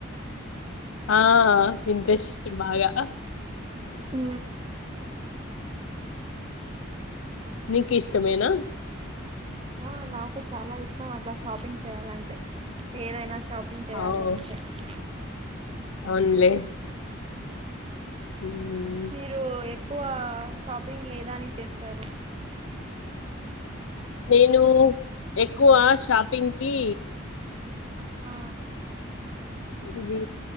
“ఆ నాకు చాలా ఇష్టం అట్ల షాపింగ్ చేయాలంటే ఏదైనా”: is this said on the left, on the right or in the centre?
Right